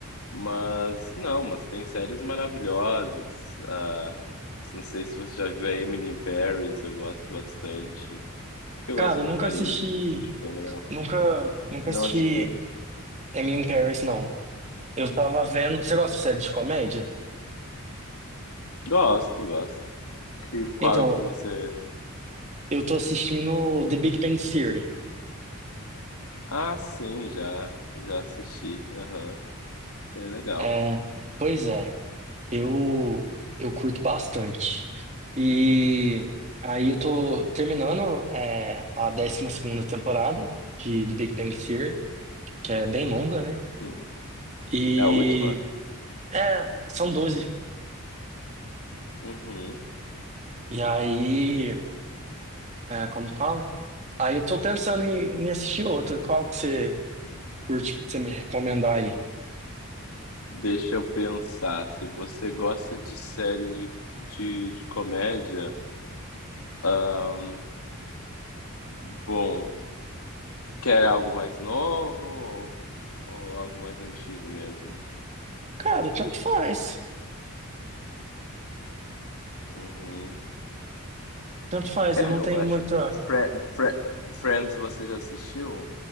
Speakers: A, on the left; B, on the right.
A: Mas não, mas tem séries maravilhosas. ah, não sei se você já viu a Emily in Paris, eu gosto bastante. Porque eu
B: Cara,
A: gosto muito
B: eu nunca
A: de Paris,
B: assisti.
A: então eu acho bem legal.
B: Nunca, nunca
A: Não
B: assisti
A: assistiu?
B: Emily in Paris, não. Eu tava vendo. Você gosta de série de comédia?
A: Gosto, gosto. Que, qual
B: Então,
A: que você.
B: eu tô assistindo The Big Bang Theory.
A: Ah, sim, já, já assisti. Aham, bem legal.
B: É, pois é, eu eu curto bastante. E aí eu tô terminando é, a décima segunda temporada de The Big Bang Theory, que é bem longa, né?
A: Hum.
B: E
A: É a última?
B: é, são doze
A: Uhum.
B: E aí, é, como que fala? Aí eu tô pensando em, em assistir outra. Qual que você curte que você me recomendar aí?
A: Deixa eu pensar. Se você gosta de série de, de, de comédia, ahn, bom. Quer algo mais novo ou, ou algo mais antigo mesmo?
B: Cara, tanto faz.
A: Uhum.
B: Tanto faz,
A: É,
B: eu não
A: eu
B: tenho
A: acho
B: muita.
A: que Fre Fre Friends você já assistiu?